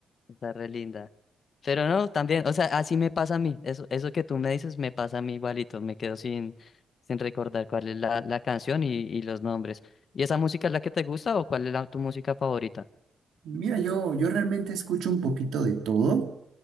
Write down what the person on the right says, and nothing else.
Mira, yo, yo realmente escucho un poquito de todo.